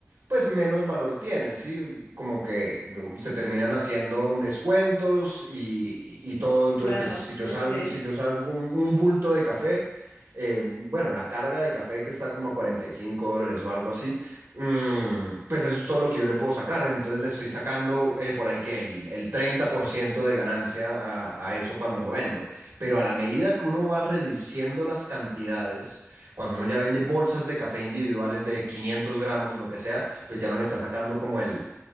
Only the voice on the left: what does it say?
claro,
sí,
sí,